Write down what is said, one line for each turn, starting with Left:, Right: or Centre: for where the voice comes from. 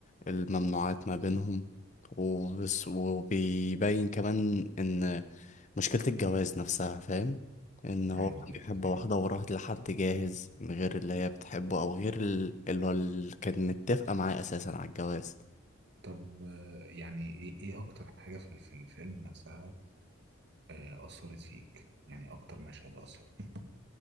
Left: الممنوعات ما بينهم وبس وبيبين كمان إن مشكلة الجواز نفسها فاهم إن هو
Right: ايوه
Left: كان
Right: ايوه
Left: بيحب
Right: فاهم
Left: واحدة وراحت لحد جاهز من غير اللي هي بتحبه أو غير ال- اللي هو اللي كانت متفقة معاه أساسا على الجواز
Right: طب آه، يعني ايه ايه اكتر حاجه في في الفيلم نفسها آه، اثرت فيك يعني اكتر مشهد اثر فيك